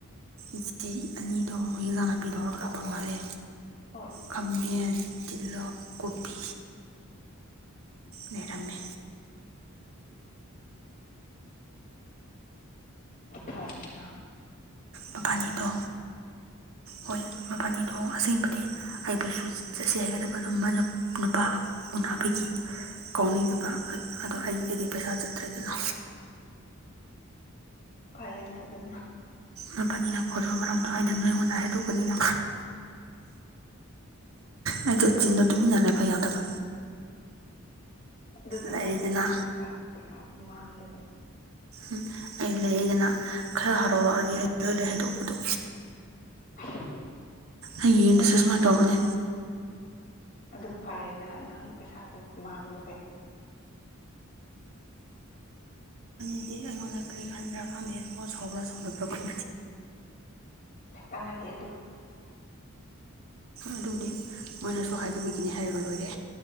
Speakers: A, on the right; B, on the left.
A: ꯏꯆꯦ ꯑꯅꯤꯗꯣ ꯏꯟꯖꯥꯡ ꯅꯥꯄꯤꯗꯧꯔꯣ ꯂꯥꯛꯄ
B: ꯑꯣ ꯍꯣꯏ
A: ꯃꯥꯜꯂꯦ
B: ꯍꯣꯏ
A: ꯈꯥꯃꯦꯟ ꯇꯤꯜꯂꯧ ꯀꯨꯞꯄꯤ ꯂꯩꯔꯝꯃꯤ
B: ꯐꯔꯅ
A: ꯃꯕꯥꯅꯤꯗꯣ ꯍꯣꯏ ꯃꯕꯥꯅꯤꯗꯣ ꯑꯁꯦꯡꯕꯗꯤ ꯑꯩꯕꯨꯁꯨ ꯆꯠꯁꯤ ꯍꯥꯏꯒꯗꯕ ꯑꯗꯨ ꯅꯨꯄꯥ ꯎꯅꯕꯒꯤ ꯀꯥꯎꯅꯤꯡꯗꯕ
B: ꯍꯣꯏ
A: ꯑꯗꯣ ꯑꯩꯒꯤꯗꯤ ꯄꯩꯁꯥ ꯆꯠꯇ꯭ꯔꯒꯤꯅ
B: ꯐꯔꯦꯅꯦ ꯑꯗꯨꯅ
A: ꯃꯄꯅꯤꯅ ꯈꯣꯗꯣ ꯃꯔꯝꯗꯣ ꯍꯥꯏꯗ ꯅ ꯑꯩꯉꯣꯟꯗ ꯍꯥꯏꯗꯣꯛꯀꯅꯤꯅ ꯑꯩꯗꯣ ꯆꯤꯟꯗꯣ ꯇꯨꯃꯤꯟꯅ ꯂꯩꯕ ꯌꯥꯎꯗꯕ
B: ꯑꯗꯨꯅ
A: ꯂꯩꯔꯦꯗꯅ
B: ꯄꯇ꯭ꯔꯅ ꯄꯩꯁꯥ ꯄꯩꯁꯥꯁꯨ ꯃꯥꯡꯈ꯭ꯔꯦ
A: ꯎꯝ ꯑ ꯂꯩꯗꯅ ꯈꯔ ꯍꯔꯥꯎꯔꯛꯑꯒ ꯑꯩ ꯂꯣꯏ ꯂꯣꯏ ꯍꯥꯏꯗꯣꯛꯄꯗꯣ
B: <unintelligible>
A: ꯍꯌꯦꯟ ꯗꯁꯨ
B: ꯑꯗꯨ
A: ꯁꯨꯃꯥꯏ ꯇꯧꯕꯅꯦ
B: ꯑꯗꯨ ꯐꯔꯦꯅ ꯅꯪ ꯄꯩꯁꯥꯁꯨ ꯃꯥꯡꯗ꯭ꯔꯦ
A: ꯑꯗꯤ ꯑꯩꯉꯣꯟꯗ ꯀꯔꯤ ꯈꯪꯗ꯭ꯔꯥ ꯈꯪꯗꯦꯀꯣ ꯁꯥꯎꯕꯂ ꯁꯧꯗꯕ꯭ꯔ ꯀꯨꯝ
B: ꯀꯅꯥꯗꯦ ꯑꯗꯨ
A: ꯑꯗꯨꯕꯨꯗꯤ ꯃꯣꯏꯅꯁꯨ ꯍꯥꯏꯗꯕꯒꯤꯅꯤ ꯍꯥꯏꯔꯒ ꯂꯣꯏꯔꯦ